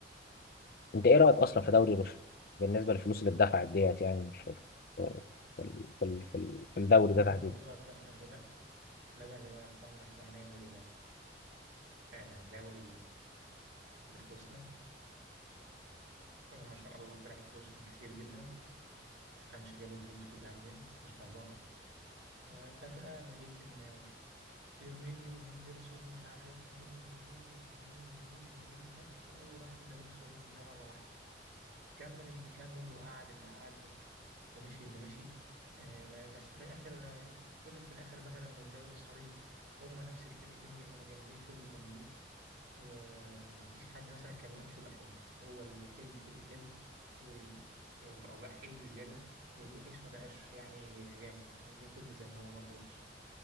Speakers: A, on the left (about 55°); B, on the right (about 85°).
A: انت ايه رايك اصلا في دوري روسيا بالنسبه للفلوس اللي اتدفعت ديت يعني في في في ال- في ال- في الدوري
B: بقى
A: ده
B: هو
A: تحديدا
B: الموضوع فجأة بدأ بدأ اللي هو يا اخوانا احنا هنعمل آه دوري بفلوسنا وما شاء الله طلعت فلوسهم كتير جدا متفهمش جابوا الفلوس دي كلها منين بس مش موضوعنا وفجأة لقيت إن فيرمينيو وهندرسون ومش عارف مين ويمين ويمين ويمين ويمين وناس كتير قوي راحت الدوري السعودي كلها مرة واحدة كمل اللي كمل وقعد اللي قعد ومشي اللي مشي آه، بس في الآخر آه، فضل في الآخر مثلا إن الدوري السعودي هما نفس الفرقتين اللي كانوا جامدين فضلوا جامدين ومفيش حد مثلا كان وحش وبقى حلو هو الحلو في الحلو وال... أو بقى حلو بزيادة والوحش ما بقاش يعني جامد فضل زي ما هو برضه وحش